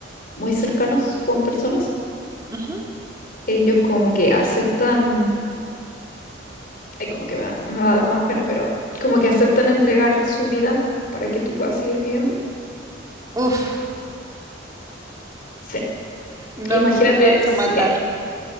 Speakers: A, on the left; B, on the right.
A: muy cercanos con personas,
B: Ujú.
A: ellos como que aceptan, ay, como que me va, me va a dar más pena, pero como que aceptan entregar su vida para que tú puedas seguir viviendo.
B: Uf,
A: Sí.
B: no
A: Imagínate
B: me vas
A: si,
B: a matar.